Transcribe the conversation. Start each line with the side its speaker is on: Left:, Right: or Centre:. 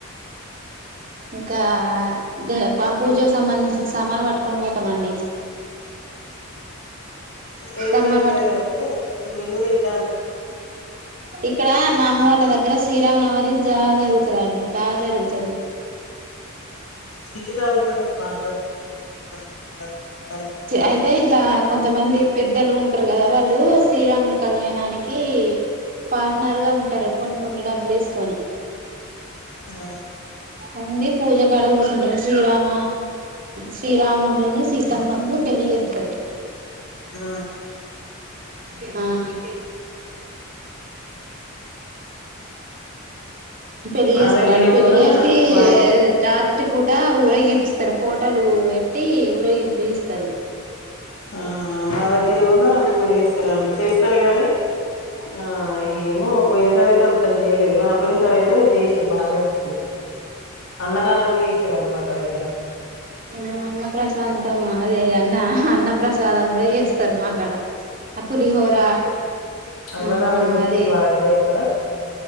Right: ఇంకా దే పూజకు సంబంధించిన సామానులు పట్టుకొని పోతామండి
Left: చక్కెడ
Right: సామాను
Left: కూడ వెళ్తారు
Right: పట్టుకు
Left: కాద మీరు కూడా వెళ్ళాలి
Right: ఇక్కడ మా అమ్మ వాళ్ళ దగ్గర శ్రీరామనవ చా జరుగుతుందండి బాగా జరుగుతది
Left: సిటీలో ఉంటే కొంచెం బాధ కలుగుతుంది మళ్ళీ బా
Right: అయితే ఇకా కొంతమంది పెద్దలు ఉంటారు కదా వాళ్ళు శ్రీరాముని కళ్యాణానికి పార్ట్నర్ గా ఉంటారు కొన్ని కొన్ని డబ్బులు వేసుకొని
Left: ఆ
Right: ఉంది పూజకాడ కూర్చుంటారు శ్రీరామ శ్రీరాముడును సీతమ్మకు పెళ్లి చేేస్తారు
Left: ఆ
Right: తే పెళ్లి
Left: మా
Right: చేస్తారాండి
Left: దగ్గర
Right: పెళ్లి
Left: కూడా
Right: చేసి
Left: మా
Right: రాత్రి పూట ఊరగి ఇపిస్తారు ఫోటోలు పెట్టి ఊరగిపిస్తారు
Left: ఆ మా దగ్గర కూడా అట్నే డి చేస్తారు గాని ఆ ఏమో పోయిన సర అయితే అంత చేయలేదు ఆపోయిన సారి అయితే చేసారు బాగానే ఇచ్చడు అన్నదానం కూడ వేసిరళ మగ దగ్గర
Right: ఆ అన్న ప్రసాంతం అదే అన్న అన్న ప్రసాదం కూడా చేస్తారు మా అక్కడ ఆ పులిహోర ఆ
Left: అన్నదానం చేసిరు
Right: అదే
Left: మా దగ్గర కూడ